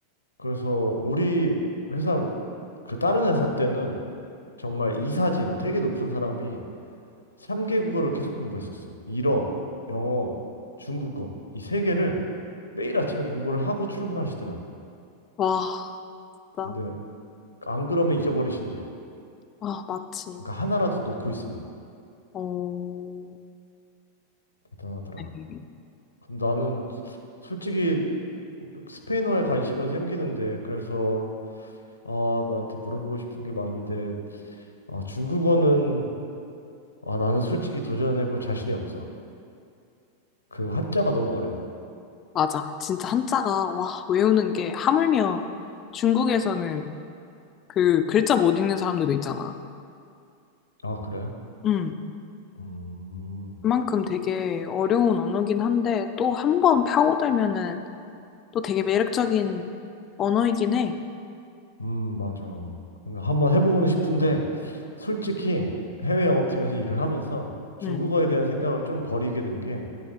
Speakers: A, on the left; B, on the left.
A: 그래서 우리 회사, 그 다른 회사 때는 정말 이사진 되게 높은 사람이 3개 국어를 계속 공부했었어. 일어, 영어, 중국어. 이 세 개를 매일 아침에 공부를 하고 출근하시더라고.
B: 와, 나,
A: 근데 안 그러면 잊어버리신대.
B: 아, 맞지.
A: 그러니까 하나라도 놓고 있으면
B: 어,
A: 대단하더라.
B: 네.
A: 그럼 나는 솔직히 스페인어에 관심은 생기는데 그래서 어, 너한테 물어보고 싶은 게 많은데 어, 중국어는 아, 나는 솔직히 도전해볼 자신이 없어. 그 한자가 너무 어려워.
B: 맞아. 진짜 한자가, 와, 외우는 게, 하물며 중국에서는 그 글자 못 읽는 사람들도 있잖아.
A: 아, 그래?
B: 음.
A: 음,
B: 그만큼 되게 어려운 언어긴 한데, 또 한 번 파고들면은 또 되게 매력적인 언어이긴 해.
A: 음, 맞아. 근데 한번 해보고는 싶은데, 솔직히 해외 영업팀에서 일을 하면서 중국어에
B: 응,
A: 대한 생각을 좀 버리게 된 게,